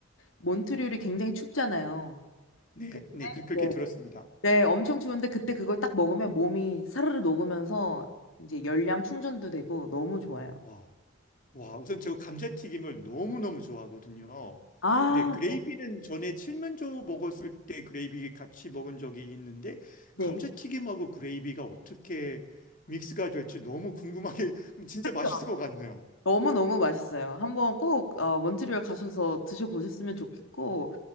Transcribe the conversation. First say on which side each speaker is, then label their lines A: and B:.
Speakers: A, on the left (about 80°); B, on the left (about 45°).
A: 몬트리올이 굉장히 춥잖아요.
B: 네,
A: 그-
B: 네, 그, 그렇게
A: 네,
B: 들었습니다.
A: 네, 엄청 추운데 그때 그걸 딱 먹으면 몸이 사르르 녹으면서 이제 열량 충전도 되고 너무 좋아요.
B: 와, 와, 우선 저 감자튀김을 너무너무 좋아하거든요.
A: 아,
B: 근데 그레이비는 전에 칠면조 먹었을 때 그레이비 같이 먹은 적이 있는데
A: 네.
B: 감자튀김하고 그레이비가 어떻게 믹스가 될지 너무 궁금하게 <laughs> 진짜
A: 그쵸.
B: 맛있을 것 같네요.
A: 너무너무 맛있어요. 한번 꼭 어, 몬트리올 가셔서 드셔보셨으면 좋겠고